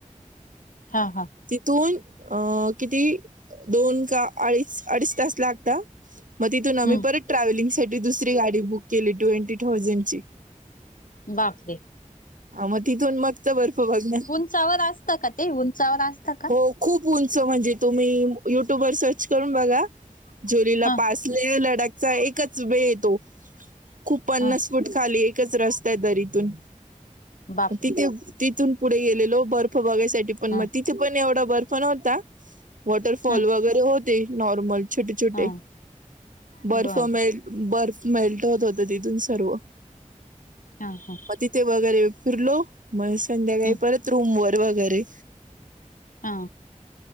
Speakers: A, on the left; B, on the right.
A: हां हां
B: तिथूंन अ किती दोन कां अडीचं अडीचं तांस लागतांत मंग तिथूंन आम्हीं
A: हम्म
B: परंत ट्रॅव्हलिंग सांठी दुसंरी गांडी बुंक केली ट्वेंटी थांउजंड ची
A: बांपरे
B: हं मंग तिथूंन मंगत बर्फ बघण्यांत
A: उचावर असतं का ते उंचावर असतात.
B: खुप उंच म्हणजे तुम्ही युट्यूब व सर्च करून बघा जरीलपास
A: हा
B: लेह लडाखचा एकच वे आहे तो. खूप पन्नास
A: हा
B: फूट खाली एकच रस्त त्याच दरीतून
A: बापरे!
B: तिथे तिथून पुढे गेलेलो बर्फ बगाय साठी पण
A: हा
B: मग तिथे पण एवढा बर्फ नव्हता वॉटरफॉल
A: हा
B: वगैरे होते नॉर्मल ते छोटे छोटे
A: हा बर
B: बर्फ मे बर्फ मेल्ट होत होते तिथून सर्व
A: हा हा.
B: मग तिथे वगैरे फिरलो. मग संध्याकाळी
A: हं
B: परत रूम वर वगैरे
A: हा.